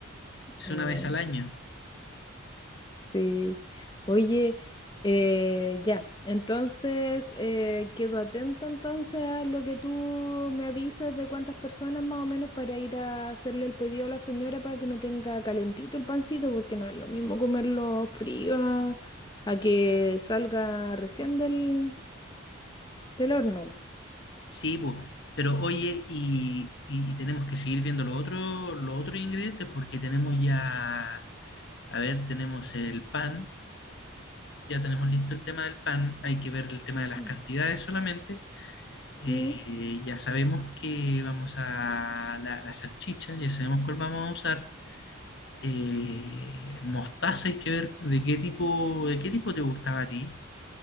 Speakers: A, on the left (about 55°); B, on the left (about 20°).
A: es
B: Mm.
A: una vez al año.
B: Sí. Oye, eh, ya. Entonces, eh, quedo atenta entonces a lo que tú me avisas de cuántas personas más o menos para ir a hacerle el pedido a la señora para que me tenga calentito el pancito, porque no es lo mismo comerlo frío a, a que salga recién del, del horno.
A: Sí, po, pero oye, y, y- y tenemos que seguir viendo los otros los otros ingredientes porque tenemos ya, a ver, tenemos el pan, ya tenemos listo el tema del pan, hay que ver el tema de las
B: Mm.
A: cantidades solamente. Eh,
B: ¿Mm?
A: ya sabemos que vamos a la, la salchicha, ya sabemos cuál vamos a usar. Eh, mostaza hay que ver de qué tipo, de qué tipo te gustaba a ti.